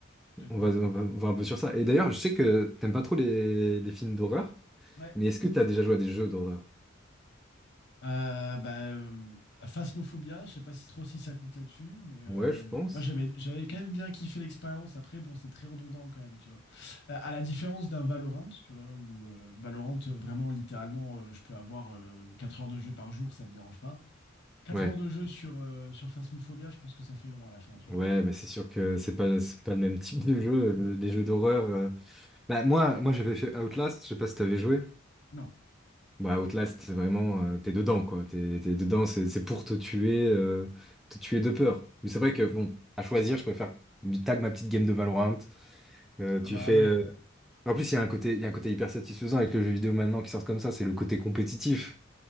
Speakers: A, on the left (about 60°); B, in the centre.
A: suis d'accord.
B: on va, on va, on va un peu sur ça. Et d'ailleurs, je sais que t'aimes pas trop les, les films d'horreur,
A: Ouais.
B: mais est-ce que t'as déjà joué à des jeux d'horreur?
A: Euh, bah, euh, Phasmophobia, je sais pas si trop si ça compte là-dessus, mais euh,
B: Ouais, je pense.
A: moi j'avais j'avais quand même bien kiffé l'expérience. Après, bon, c'est très redondant quand même, tu vois. Euh, à la différence d'un Valorant, tu vois, où euh, Valorant, euh, vraiment, littéralement, euh, je peux avoir euh, 4 heures de jeu par jour, ça me dérange pas. Quatre
B: Ouais,
A: heures de jeu sur, euh, sur Phasmophobia, je pense que ça fait long à la fin, tu
B: ouais,
A: vois.
B: bah c'est sûr que c'est pas, c'est pas le même type de jeu, le- les jeux d'horreur. euh. Bah moi, moi j'avais fait Outlast, je sais pas si t'avais joué.
A: Non.
B: Bah, Outlast, c'est vraiment, euh, t'es dedans, quoi. T'es, t'es dedans, c'est c'est pour te tuer, euh, te tuer de peur. Mais c'est vrai que, bon, à choisir, je préfère tag ma petite game de Valorant. Euh,
A: Ah
B: tu
A: bah
B: fais.
A: ouais.
B: euh, En plus, il y a un côté, il y a un côté hyper satisfaisant avec le jeu vidéo maintenant qui sort comme ça, c'est le côté compétitif.